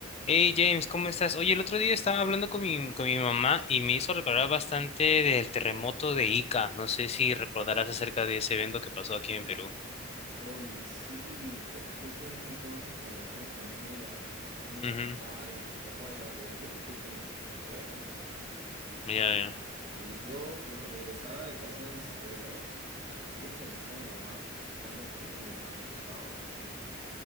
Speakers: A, on the left; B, on the right.
A: Hey James, ¿cómo estás? Oye, el otro día estaba hablando con mi, con mi mamá y me hizo recordar bastante del terremoto de Ica. No sé si recordarás acerca de ese evento que pasó aquí en Perú.
B: Oye, sí, pues justo en ese entonces, como yo tengo familia allá, me encontraba
A: Ujú,
B: de visita por allá de muy pequeño. y Te voy a contar, ¿verdad?
A: Ya, ya.
B: Y Yo, pues, regresaba de casa de mis abuelos, bien feliz con mi mamá, pues, saltando incluso con mi hermana al costado. Entonces,